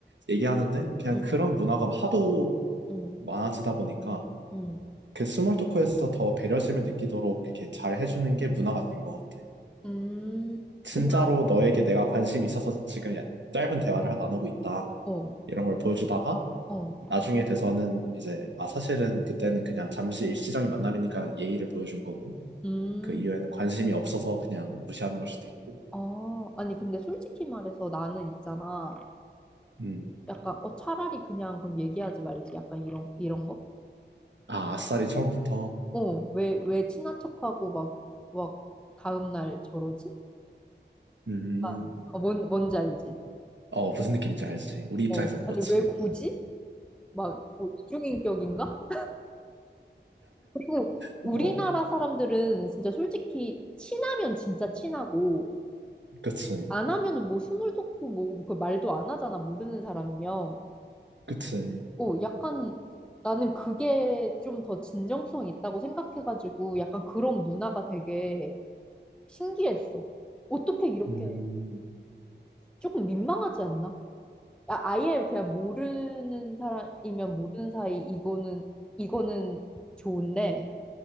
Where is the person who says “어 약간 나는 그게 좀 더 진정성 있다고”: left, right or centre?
Centre